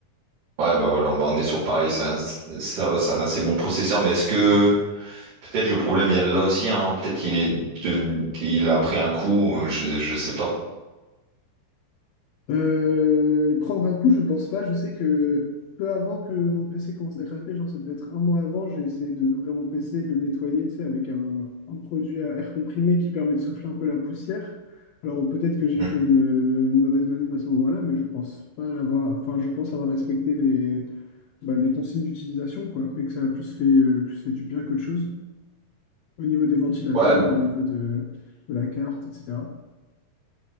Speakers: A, on the right; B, on the left.
A: Ouais, bah voilà, bah, on est sur pareil. C'est un, ça va, c'est un assez bon processeur, mais est-ce que peut-être le problème vient de là aussi, hein? Peut-être il est devenu- il a pris un coup, euh, je, je sais pas.
B: Euh, prendre un coup, je pense pas. Je sais que peu avant que mon PC commence à craquer, genre ça devait être un mois avant, j'ai essayé de- d'ouvrir mon PC, de le nettoyer, tu sais, avec un, un produit à air comprimé qui permet de souffler un peu la poussière. Alors peut-être que j'ai
A: Mm.
B: fait une, une mauvaise manip à ce moment-là, mais je pense pas l'avoir. Enfin, je pense avoir respecté les, bah, les consignes d'utilisation, quoi, mais que ça a plus fait, euh, plus fait du bien qu'autre chose. Au niveau des ventilateurs,
A: Ouais, b-
B: au niveau de, de la carte, etc.